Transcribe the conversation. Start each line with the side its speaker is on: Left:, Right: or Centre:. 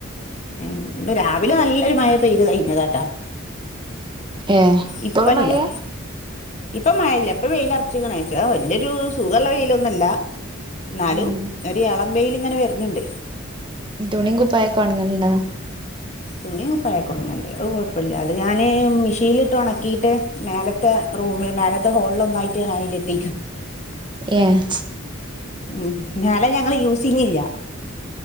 Left: ഏഹ് പ്പ രാവിലെ നല്ലൊരു മഴ പെയ്ത് കയ്ഞ്ഞതാട്ടാ
Right: ഏ ഇപ്പളും
Left: ഇപ്പല്ലാ
Right: മഴയാ
Left: ഇപ്പം മയല്ല ഇപ്പം വെയ്ലർച്ച്ക്ക്ണ് ത്ര വല്യാെരു സുഖള്ള വെയ്ലൊന്നു അല്ലാ ന്നാലും
Right: ഉം
Left: ഒര് എളംബെയ്ല്ങ്ങെനെ വെര്ണ്‌ണ്ട്
Right: തുണിം കുപ്പായാെക്കെ ഒൺങ്ങൽണ്ടാ
Left: തുണിം കുപ്പായാെക്കെ ഒണ്ങ്ങ്ണ്ട് അത് കുഴപ്പല്ല അത് ഞാന് മിഷീൻല്ട്ട് ഒണെക്കീട്ട് മേലെത്തെ റൂമ്‌ല് മേലെത്തെ ഹോള്ൽ ഒന്നായ്ട്ട് അയലെട്ടീക്കാ
Right: ഏഹ്
Left: ഉം മേലെ ഞങ്ങള് യൂസിംഗ് ഇല്ല